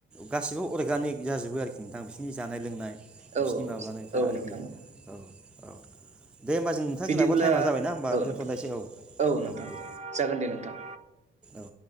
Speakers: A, in the centre; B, on the right.
A: गासिबो अर्गानिक जाजोबो आरोखि नोंथां बिसोरनि जानाय लोंनाय।
B: औ
A: बिसिनि माबानायफ्रा
B: औ
A: आरोखि
B: नोंथां
A: औ। औ। दे होमबा जों नोंथां
B: बिदिब्ला
A: जोंनाबो टाइमा जाबायना होमबा
B: औ
A: दोन्थ'नायसै
B: नोंथां
A: औ औ
B: नोंथां
A: दे
B: जागोन दे नोंथां
A: औ